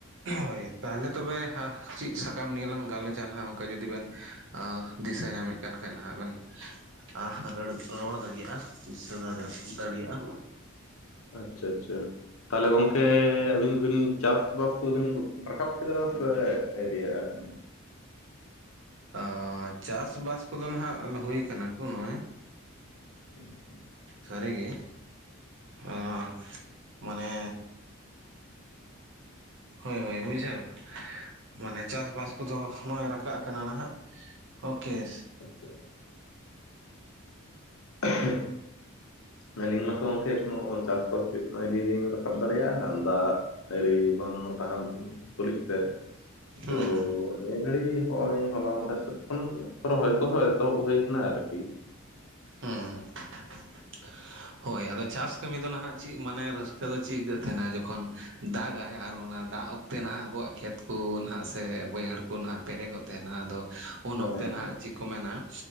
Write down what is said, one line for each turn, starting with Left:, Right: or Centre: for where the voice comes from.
Right: ᱦᱳᱭ ᱛᱟᱦᱚᱞᱮ ᱛᱚᱵᱮ ᱦᱟᱸᱜ ᱪᱮᱜ ᱥᱟᱠᱟᱢ ᱱᱤᱭᱟᱹ ᱞᱟᱝ ᱜᱟᱞᱚᱪᱼᱟ ᱱᱟᱦᱟᱸᱜ ᱚᱝᱠᱟ ᱡᱩᱫᱤ ᱵᱮᱱ ᱟᱸ ᱫᱤᱥᱟᱹ ᱧᱟᱢᱮᱜ ᱠᱟᱱ ᱠᱷᱟᱭ ᱱᱟᱦᱟᱸᱜ ᱵᱮᱱ ᱟᱸ ᱨᱟᱹᱲ ᱨᱚᱲ ᱫᱟᱲᱮᱭᱟᱜᱼᱟ ᱫᱤᱥᱟᱹ ᱫᱟᱲᱮ ᱫᱟᱲᱤᱭᱟᱜᱼᱟ?
Left: ᱟᱪᱪᱷᱟ ᱟᱪᱪᱷᱟ᱾ ᱛᱟᱦᱚᱞᱮ ᱜᱚᱝᱠᱮ ᱟᱹᱵᱤᱱ ᱫᱚᱵᱤᱱ ᱪᱟᱥᱵᱟᱥ ᱠᱚᱫᱚᱵᱤᱱ ᱨᱟᱠᱟᱵ ᱠᱮᱫᱟ ᱥᱮ ᱟᱭᱨᱤᱭᱟᱜᱼᱟ?
Right: ᱟᱸ ᱪᱟᱥᱵᱟᱥ ᱠᱚᱫᱚ ᱱᱟᱦᱟᱸᱜ ᱦᱩᱭ ᱠᱟᱱᱟ ᱠᱚ ᱱᱚᱜᱼᱚᱭ᱾
Left: <unintelligible>
Right: ᱥᱟᱹᱨᱤᱜᱮ ᱚᱸᱻ ᱢᱟᱱᱮ ᱦᱳᱭ ᱦᱳᱭ ᱵᱩᱡᱷᱟᱹᱣ ᱢᱟᱱᱮ ᱪᱟᱥᱵᱟᱥ ᱠᱚᱫᱚ ᱱᱚᱜᱼᱚᱭ ᱨᱟᱠᱟᱵ ᱠᱟᱱᱟ ᱱᱟᱦᱟᱸᱜ᱾ ᱚ ᱠᱮᱥ,
Left: ᱟᱪᱪᱷᱟ, <inaudible> ᱟᱹᱞᱤᱧ ᱢᱟᱛᱚ ᱜᱚᱝᱠᱮ ᱮᱠᱷᱚᱱᱳ ᱪᱟᱥᱵᱟᱥ <unintelligible> ᱟᱹᱣᱨᱤ ᱞᱤᱧ ᱨᱟᱠᱟᱵ ᱫᱟᱲᱮᱭᱟᱜᱼᱟ ᱫᱟᱜᱽ ᱟᱹᱣᱨᱤ ᱵᱟᱝ ᱛᱟᱦᱮᱸᱱ ᱛᱩ ᱛᱩᱞᱩᱭ ᱛᱮ
Right: ᱦᱩᱸ
Left: ᱛᱚ
Right: ᱦᱩᱸ
Left: ᱚᱱᱮ, ᱟᱹᱲᱤ ᱦᱚᱸᱜᱼᱚᱭ ᱦᱚᱞᱟ ᱢᱟᱷᱮᱨᱫ ᱥᱮᱜ ᱠᱷᱚᱱ ᱨᱚᱦᱚᱭ ᱠᱚᱦᱚᱸ ᱮᱛᱦᱚᱵ ᱦᱳᱭ ᱠᱟᱱᱟ ᱟᱨᱠᱤ᱾
Right: ᱦᱩᱸ ᱦᱳᱭ ᱟᱫᱚ ᱪᱟᱥ ᱠᱟᱹᱢᱤ ᱫᱚ ᱱᱟᱦᱟᱹᱜ ᱪᱮᱜ ᱢᱟᱱᱮ ᱨᱟᱹᱥᱠᱟᱹ ᱫᱚ ᱪᱮᱜ ᱟᱹᱭᱠᱟᱹᱜ ᱛᱟᱦᱮᱸᱱᱟ ᱡᱚᱠᱷᱚᱱ ᱫᱟᱜᱟᱭ ᱟᱨ ᱚᱱᱟ ᱫᱟᱜᱽ ᱚᱠ ᱛᱮ ᱱᱟᱦᱟᱸᱜ ᱟᱵᱚᱣᱟᱜ ᱠᱷᱮᱛ ᱠᱚ ᱱᱟᱦᱟᱸᱜ ᱥᱮ ᱵᱟᱹᱭᱦᱟᱹᱲ ᱠᱚ ᱱᱟᱦᱟᱸᱜ ᱯᱮᱨᱮᱜᱚᱜ ᱛᱟᱦᱮᱸᱱᱟ ᱟᱫᱚ ᱩᱱ
Left: ᱦᱮᱸ
Right: ᱚᱠᱛᱮ ᱱᱟᱦᱟᱸᱜ ᱪᱤᱠ ᱠᱚ ᱢᱮᱱᱟ